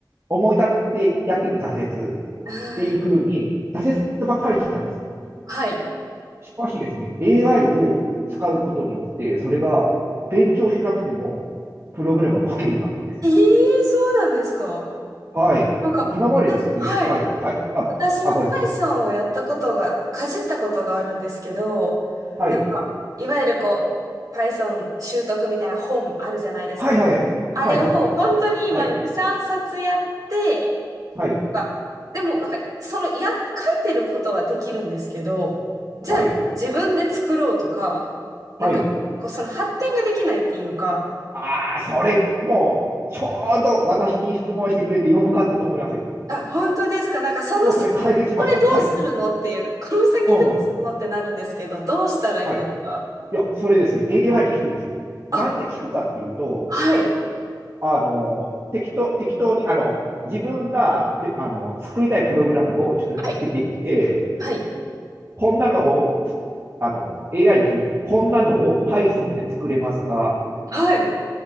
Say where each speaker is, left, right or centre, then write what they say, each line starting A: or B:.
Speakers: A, on the right; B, on the right.
A: 思い立ってやってみる挫折。っ
B: はい。
A: ていうふうに挫折ばっかりしてたんですよ。
B: はい。
A: しかしですね、AI を使うことによって、それが勉強しなくても、プログラムが書けるようになったんです。
B: ええそうなんですか
A: はい。
B: なんか、
A: 今までですね、
B: 私、はい。
A: はい、はい、あ、
B: 私も
A: あ、ごめんなさい。
B: Python をやったことが、かじったことがあるんですけど、
A: はい、
B: なんか、いわゆるこう、Python 習得みたいな本あるじゃないですか。
A: はい、はい、はい、
B: あれを本当に今2、
A: はいはい、はい、
B: 3冊やって、
A: はい、
B: なんか、でもなんか、その、や、書いてることはできるんですけど、じゃあ自分で作ろうとか、
A: はい、
B: なんか、
A: はい。
B: こう、その発展ができないっていうか、
A: ああ、それ、もう、ちょうど私に質問してくれてよかったと思いますよ。
B: あ、本当ですか。なんかその先、
A: もうそれ解決しました。
B: これどうするのっていう、
A: はい。
B: この先どうするのってなるんですけど、
A: うん。
B: どうしたらいいんですか
A: はい。いや、それですね、AI に聞くんですよ。
B: あ、
A: なんで聞くかっていうと、
B: はい、
A: あの、適当、適当に、あの、自分が、で、あの、作りたいプログラムをちょっと見つけてきて、
B: はい。はい。
A: こんなのを、あの、AI に聞くで、こんなのを Python で作れますか
B: はい。え、